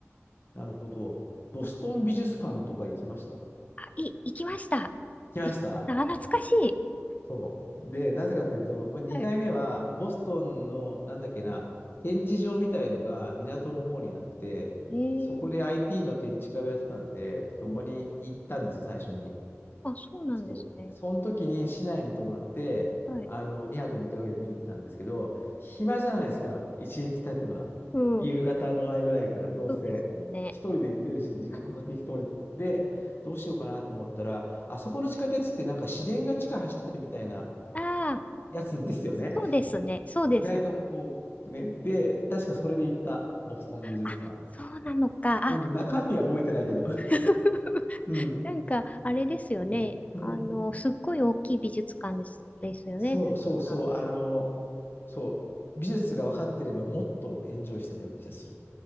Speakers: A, on the left (about 50°); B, on the left (about 30°).
A: なるほど。ボストン美術館とか行きました。
B: なんか、あ、い、行きました。
A: 来ました
B: 行った、あ懐かしい。
A: そう。で、なぜかっていうと、もう2回目は、
B: はい
A: ボストンの、なんだっけな、展示場みたいのが港の方にあって、
B: ええ
A: そこで IT の展示会をやってたんで、そこに行ったんですよ、
B: うん
A: 最初に。
B: あ、そうなんですね。
A: そう。その時に市内に泊まって、
B: はい。
A: あの、2泊3日ぐらいで見に行ったんですけど、暇じゃないですか、一日経てば。
B: うん。
A: 夕方の前ぐらいから、どうせ。
B: そうですね。
A: 一人で行ってるし、時間も適当に。で、どうしようかなと思ったら、あそこの地下鉄ってなんか市電が地下走ってるみたいな、
B: ああ、
A: やつですよね。
B: そうですね。そうです。
A: 意外とこう、ね。で、確かそれで行った、ボストン美術館。
B: あ、そうなのか。あ、
A: うん、中身は覚えてないけど。
B: でも、<laughs>
A: <laughs> うん。
B: なんか、あれですよね。
A: そう。
B: あの、
A: うん。
B: すっごい大きい美術館です、ですよね。
A: そうそうそう。
B: 確か。
A: あの、そう。美術が分かってればもっとエンジョイしてたような気がする。